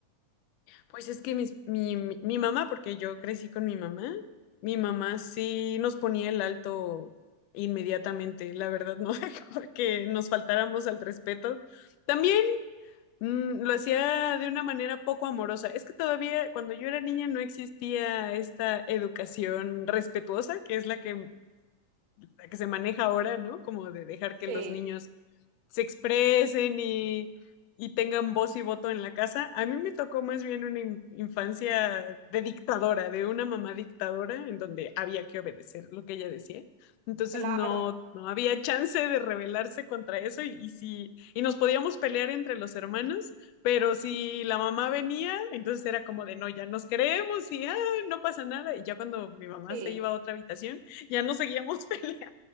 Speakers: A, on the left; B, on the right.
A: Pues es que mis- mi, mi, mi mamá, porque yo crecí con mi mamá, mi mamá sí nos ponía el alto inmediatamente, la verdad no <laughs> dejaba que nos faltáramos al respeto. También Mm, lo hacía de una manera poco amorosa. Es que todavía cuando yo era niña no existía esta educación respetuosa, que es la que, la que se maneja ahora, ¿no? Como de dejar que
B: Sí,
A: los niños se expresen y, y tengan voz y voto en la casa. A mí me tocó más bien una in- infancia de dictadora, de una mamá dictadora, en donde había que obedecer lo que ella decía. Entonces
B: Claro,
A: no, no había chance de rebelarse contra eso y, y sí, y nos podíamos pelear entre los hermanos, pero si la mamá venía, entonces era como de no, ya nos queremos y ah, no pasa nada. Y ya cuando mi mamá
B: sí,
A: se iba a otra habitación, ya no seguíamos <laughs> peleando.